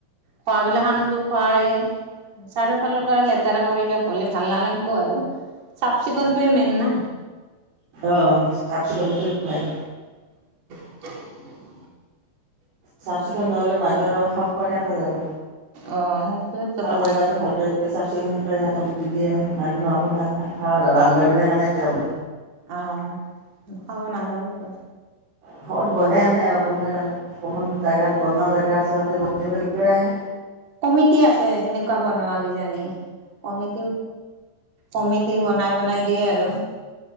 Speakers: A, on the right; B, on the right.
A: খোৱাবিলাক খানতো খোৱাই চাৰিওফালৰ পৰা লেতেৰা পৰিৱেশ হ'লে ভাল নালাগব আৰু চাফ চিকুণটোৱেই মেইন না
B: অ', চাফ চিকুনটোৱেই মেইন
A: <unintelligible>
B: চাফ চিকুণ নহলে মানুহ আৰু খাব কেনেকৈ যাব
A: অ' সেইটো এটা
B: জোগাতো
A: কথা।
B: ভালকৈ চাফ চিকুণ কৰি স দিয়ে নাইিলে নহ'ব না ৰন্ধা
A: অ',
B: বিলা কাৰণে যাব
A: অ', খাব নাযাবতো
B: অকমান বন আনে আৰু কোন জেগাত অকমান জোগাত
A: উম।
B: বনোৱা জেগা আছে তাতে বন প <unintelligible> আহে।
A: কমিটি আছে সেনেকুৱা বনোৱা কিজানি কমিটি, কমিটি বনাই, বনাই দিয়ে আৰু